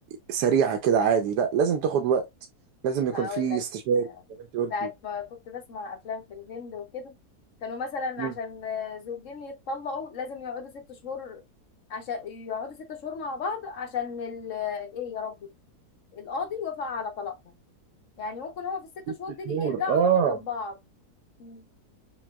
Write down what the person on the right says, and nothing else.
سريعه كده عادي لا لازم تاخد وقت لازم يكون
في
استشاري
زي ما انت قلتي
مم.
ست
شهور
اه